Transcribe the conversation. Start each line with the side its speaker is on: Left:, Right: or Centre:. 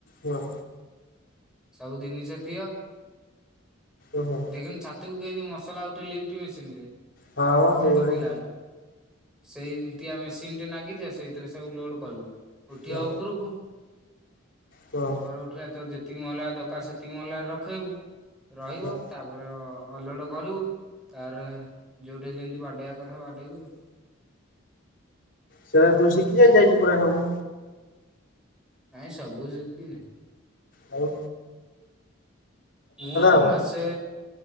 Left: ହଁ।
Centre: ସବୁ ଜିନିଷ ଥିବ।
Left: ଓୁହୋ।
Centre: ସେଖ ଛାତକୁ କେ ମସଲା ଉଠେ ଲିଫ ମେସିନ ରେ
Left: ହଁ ମ ସେଇଭଳିଆ
Centre: ଛାତ ପହିଲା ବେଳକୁ। ସେଇଆ ମେସିନ ଟେ ନାଗିଥିବ ସେଇଥିରେ ସବୁ ଲୋଡ କରିବୁ। ଉଠିବା
Left: ହଁ
Centre: ଉପରକୁ।
Left: ହଁ
Centre: ଉପର ଉଠିଲା ତୋର ଯେତିକି ମହଲା ଦରକାର ସେତିକି ମହଲା ରଖେଇବୁ। ରହିବ
Left: ହଁ
Centre: ତାପରେ ଅଲଟ କରିବୁ ତାର ଯୋଉଠି ଯେମିତି ବାଡେଇବା କଥା ବାଡେଇବୁ ଆଉ।
Left: ସେ ତୁ ଶିକି ଯାଇ ଯାଇଛୁ ପୁରା ସବୁ।
Centre: ନାଇଁ ସବୁ ଶୁଖିନି।
Left: ହଉ।
Centre: ମୁଁ ଏଇ
Left: ଆଉ
Centre: ମାସେ